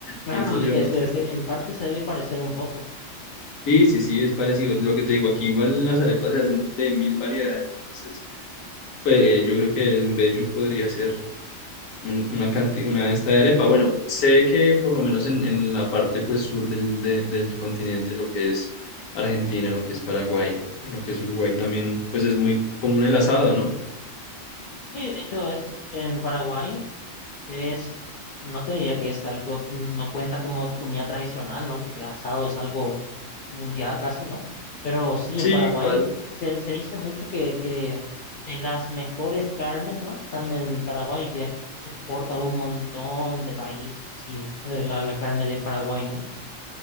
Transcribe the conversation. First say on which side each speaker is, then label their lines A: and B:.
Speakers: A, on the left (about 65°); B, on the left (about 80°).
A: Claro,
B: pienso
A: de
B: yo,
A: que
B: no
A: se- se- en parte se debe parecer un poco.
B: Sí, sí, sí, es parecido. Lo que te digo, aquí igual las arepas se hacen de mil variedades. Entonces, pues eh, yo creo que el mbejú podría ser un- una canti- una de esta de arepa. Bueno, sé que por lo menos en, en la parte pues sur del, de- del continente, lo que es Argentina, lo que es Paraguay, lo que es Uruguay también, pues es muy común el asado, ¿no?
A: Sí, de hecho es en Paraguay. Es, no te diría que es algo, no cuenta como comida tradicional, ¿no? Porque asado es algo mundial casi, ¿no? Pero sí,
B: Sí,
A: en Paraguay
B: igual.
A: se, se dice mucho que, que de las mejores carnes, ¿no? Están en Paraguay, que se exporta a un montón de países, sí, eh, la, la carne de Paraguay, ¿no?